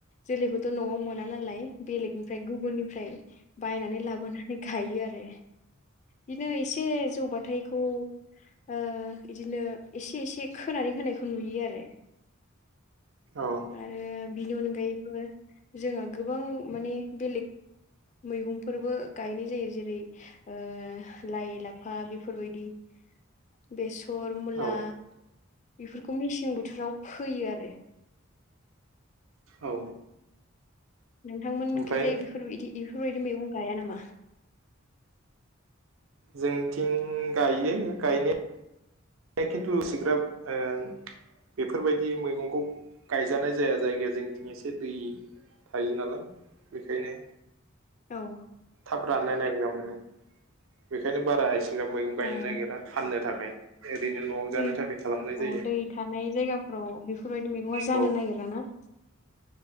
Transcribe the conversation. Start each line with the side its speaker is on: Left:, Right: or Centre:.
Left: जोलैखौथ' न'आव मोना नालाय बेलेगनि फ्राय गुबुननिफ्राय बायनानै लाबोनानै गायो आरो बिनो एसे जौबाथाय इखौ ओ इदिनो इसे इसे खोनानै होनायखौ नुयो आरो
Right: औ
Left: आरो बिनि अनगायैबो जोंहा गोबां माने बेलेग मैगंफोरबो गायनाय जायो जेरै ओ लाइ लाफा बेफोरबायदि बेसर मुला
Right: औ
Left: बिफोरखौ मेसें बोथोराव फोयो आरो
Right: औ
Left: नोंथांमोननिखिजाय
Right: ओमफ्राय
Left: बेफोरबायदि इफोरबायदि मैगं गाया नामा
Right: जोंथिं गायो गायना खिनथु एसेग्राब ओ बेफोरबायदि मैगंखौ गायजानाय जाया जायगाया जोंथिं एसे दै थायो नालाय बेखायनो
Left: औ
Right: थाब राननो नागिरा माने बेखायनो बारा एसेग्राब मैगं
Left: औ
Right: गायनो नागिरा फाननो थाखाय ओरैनो न'आव जानो
Left: दै
Right: थाखाय खालामनाय
Left: औ
Right: जायो
Left: दै थानाय जायगाफोराव बेफोरबायदि मैगंआ जानो
Right: औ
Left: नागिरा ना?